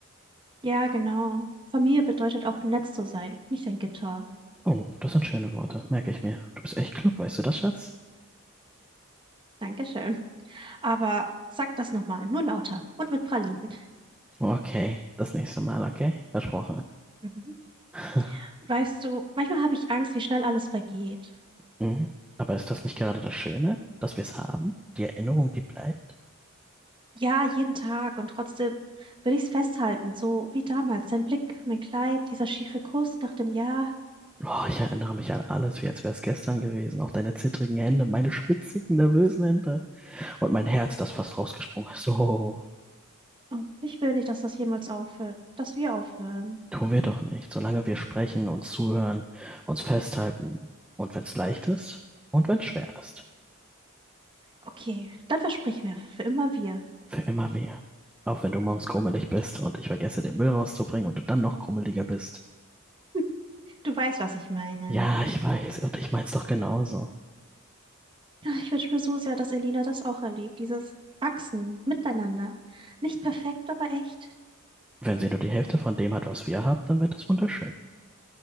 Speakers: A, on the right; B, in the centre.
A: Ja, genau. Familie bedeutet auch nett zu sein, nicht ein Gitter.
B: Oh, das sind schöne Worte, merke ich mir. Du bist echt klug, weißt du das, Schatz?
A: <laughs> Dankeschön. Aber sag das nochmal, nur lauter und mit Pralinen.
B: Okay, das nächste Mal, okay? Versprochen.
A: Mhm.
B: <laughs>
A: Weißt du, manchmal habe ich Angst, wie schnell alles vergeht.
B: Mhm. Aber ist das nicht gerade das Schöne, dass wir es haben? Die Erinnerung, die bleibt?
A: Ja, jeden Tag und trotzdem will ich es festhalten, so wie damals. Dein Blick, mein Kleid, dieser schiefe Kuss nach dem Jahr.
B: Oh, ich erinnere mich an alles, wie als wäre es gestern gewesen. Auch deine zittrigen Hände, meine schwitzigen, nervösen Hände. Und mein Herz, das fast rausgesprungen ist. So,
A: Oh, ich will nicht, dass das jemals aufhört, dass wir aufhören.
B: tun wir doch nicht. Solange wir sprechen, uns zuhören, uns festhalten. Und wenn es leicht ist und wenn es schwer ist.
A: Okay, dann versprich mir, für immer wir.
B: Für immer mehr. Auch wenn du morgens krummelig bist und ich vergesse, den Müll rauszubringen und du dann noch krummeliger bist.
A: <laughs> Du weißt, was ich meine.
B: Ja, ich weiß, und ich mein's doch genauso.
A: Ja, Ich wünsche mir so sehr, dass Elina das auch erlebt, dieses Wachsen miteinander. Nicht perfekt, aber echt.
B: Wenn sie nur die Hälfte von dem hat, was wir haben, dann wird es wunderschön.